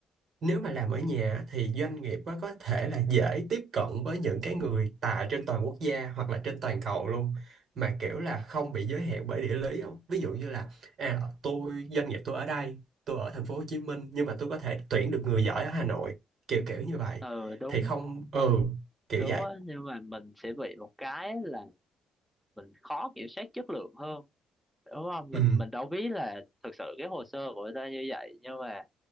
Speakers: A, on the right; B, in the centre.
A: nếu mà làm ở nhà thì doanh nghiệp á, có thể là dễ tiếp cận với những cái người tại trên toàn quốc gia hoặc là trên toàn cầu luôn mà kiểu là không bị giới hạn bởi địa lý không ví dụ như là à tôi doanh nghiệp tôi ở đây tôi ở thành phố Hồ Chí Minh nhưng mà tôi có thể tuyển được người giỏi ở Hà Nội kiểu kiểu như vậy
B: ừ đúng
A: thì không ừ kiểu
B: đúng
A: vậy
B: á nhưng mà mình sẽ bị một cái là mình khó kiểm soát chất lượng hơn đúng không mình
A: ừ
B: mình đâu biết là thực sự cái hồ sơ của người ta như vậy nhưng mà